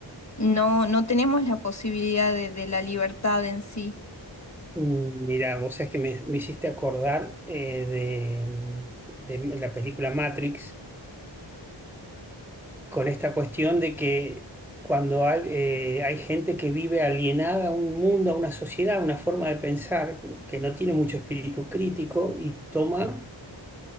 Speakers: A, on the left; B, in the centre.
A: no, no tenemos la posibilidad de, de la libertad en sí.
B: Mm, Mira, vos sabés que me, me hiciste acordar eh, de, de la película Matrix con esta cuestión de que cuando hay, eh, hay gente que vive alienada a un mundo, a una sociedad, a una forma de pensar que no tiene mucho espíritu crítico y toma